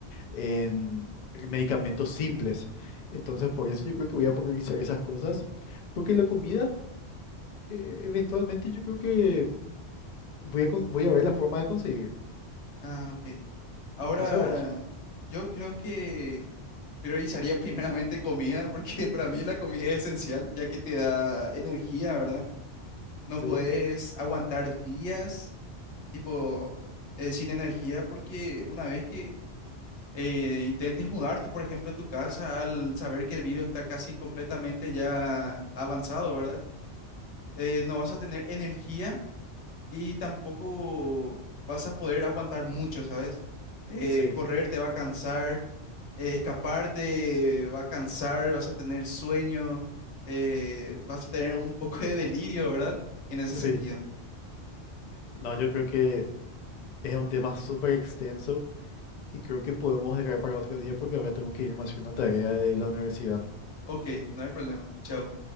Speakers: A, on the left; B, on the left.
A: en, medicamentos simples. Entonces, por eso yo creo que voy a priorizar esas cosas, porque la comida, eh, eventualmente yo creo que voy a, con- voy a ver la forma de conseguir.
B: Ah, ok. Ahora,
A: No sé vos.
B: yo creo que priorizaría <laughs> primeramente comida, porque <laughs> para mí la comida es esencial, ya que te da energía, ¿verdad? No
A: Sí,
B: puedes aguantar días tipo, eh, sin energía, porque una vez que eh, intentes mudarte, por ejemplo, a tu casa, al saber que el virus está casi completamente ya avanzado, ¿verdad? Eh, no vas a tener energía y tampoco vas a poder aguantar mucho, ¿sabes? Eh,
A: sí,
B: correr te va a cansar, eh, escaparte va a cansar, vas a tener sueño, eh, vas a tener un poco de delirio, ¿verdad? En ese
A: sí.
B: sentido.
A: No, yo creo que es un tema súper extenso Y creo que podemos dejar para otro día porque ahora tengo que irme a hacer una tarea de la universidad.
B: Ok, no hay problema. Chao.